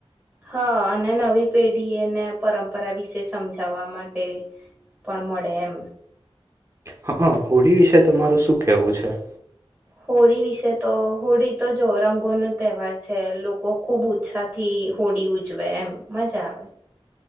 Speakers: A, in the centre; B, on the right.
A: હા અને નવી પેઢી એને પરંપરા વિશે સમજાવવા માટે પણ મળે એમ
B: હા હોળી વિશે તમારું શું કેવું છે
A: હોળી વિશે તો હોળી તો જો રંગોનો તહેવાર છે લોકો ખુબ ઉત્સાહ થી હોળી ઉજવે એમ મજા આવે